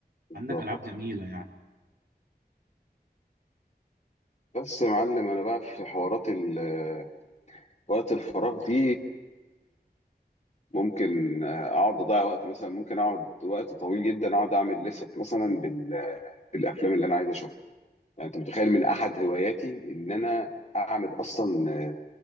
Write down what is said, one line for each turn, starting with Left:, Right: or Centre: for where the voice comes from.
Left: بالظبط
Right: عندك العاب جميله يعني
Left: بس يا معلم انا بقى في حوارات ال- وقت الفراغ دي ممكن اقعد اضيع وقت مثلا ممكن اقعد وقت طويل جدا اقعد اعمل لست مثلا بال- بالافلام اللي انا عايز اشوفها يعني انت متخيل من احد هواياتي ان انا اعمل اصلا